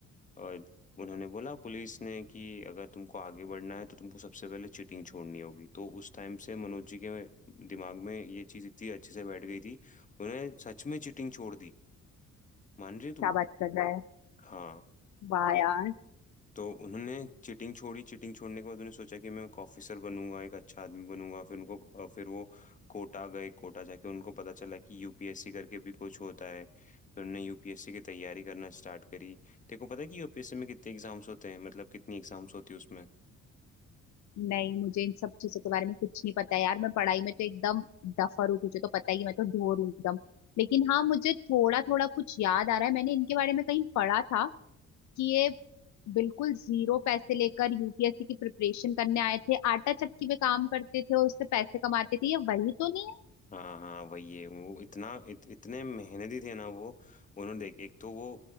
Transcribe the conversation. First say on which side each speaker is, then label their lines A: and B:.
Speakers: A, on the left; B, on the left.
A: अ, उन्होंने बोला पुलिस ने कि अगर तुमको आगे बढ़ना है तो तुमको सबसे पहले चीटिंग छोड़नी होगी तो उस टाइम से मनोज जी के दिमाग में ये चीज़ इतनी अच्छे से बैठ गई थी उन्हें सच में चीटिंग छोड़ दी मान रही
B: क्या
A: तू
B: बात कर रहा है
A: हाँ
B: वाह यार
A: तो उन्होंने चीटिंग छोड़ी चीटिंग छोड़ने के बाद उन्होंने सोचा कि मैं एक ऑफिसर बनूंगा एक अच्छा आदमी बनूंगा फिर उनको अ, फिर वो कोटा गए कोटा जाके उनको पता चला कि यूपीएससी करके भी कुछ होता है फिर उन्होंने यूपीएससी की तैयारी करना स्टार्ट करी तेरे को पता है कि यूपीएससी में कितने एग्जाम्स होते हैं मतलब कितनी एग्जाम्स होती है उसमें
B: नहीं मुझे इन सब चीजों के बारे में कुछ नहीं पता है यार मैं पढ़ाई में तो एकदम डफर हूँ तुझे तो पता ही है, मैं तो ढोर हूँ एकदम लेकिन हाँ मुझे थोड़ा थोड़ा कुछ याद आ रहा है मैंने इनके बारे में कहीं पढ़ा था कि ये बिल्कुल जीरो पैसे लेकर यूपीएससी की प्रिपरेशन करने आए थे आटा चक्की पे काम करते थे और उससे पैसे कमाते थे ये वही तो नहीं है
A: हाँ हाँ वही है वो इतना इत, इतने मेहनती थे ना वो उन्होंने देख एक तो वो